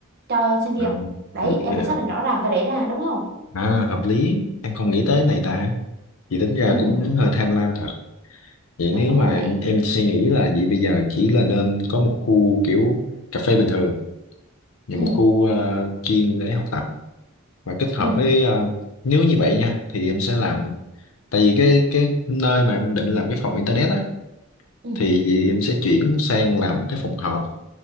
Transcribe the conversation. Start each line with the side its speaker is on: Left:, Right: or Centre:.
Right: cho sinh viên
Left: à
Right: đấy
Left: vậy
Right: em phải
Left: là
Right: xác
Left: hợp,
Right: định rõ ràng cái đấy ra đúng không
Left: à, hợp lý em không nghĩ tới này ta vậy tính ra
Right: ừ
Left: cũng hơi tham lam thật Vậy
Right: đúng
Left: nếu mà
Right: rồi
Left: em, em suy nghĩ là vậy bây giờ chỉ là nên có một khu kiểu cà phê bình thường và
Right: ừ
Left: một khu ờ, chuyên để học tập và kết hợp
Right: ừ
Left: với ờ, nếu như vậy nha thì em sẽ làm tại vì cái cái nơi mà em định làm cái phòng internet á
Right: ừ
Left: thì vì em sẽ chuyển sang làm cái phòng họp